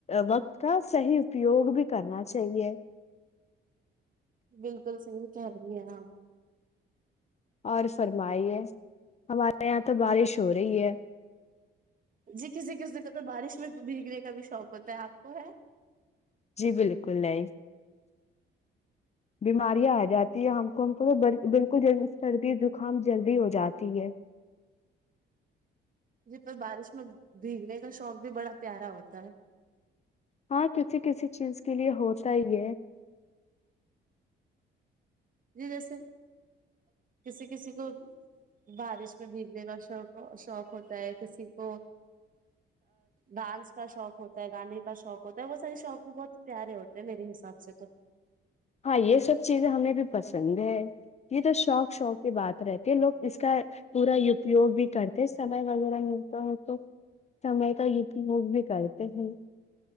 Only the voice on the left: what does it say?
وقت کا صحیح اپیوگ بھی کرنا چاہیے
اور فرمائیے ہمارے یہاں تو بارش ہو رہی ہے
جی بالکل نہیں بیماریاں آ جاتی ہے ہم کو ہم کو ب بالکل جل سردی دکام جلدی بھی ہو جاتی ہے
ہاں کسی کسی چیز کے لیے ہوتا ہی ہے
ہاں یہ سب چیزیں ہمیں بھی پسند ہے یہ تو شوک شوک کے بات رہتے لو اس کا پورا اپیوگ بھی کرتے سمئے وغیرہ ملتا ہے تو سمے کا اپیوگ بھی کرتے ہیں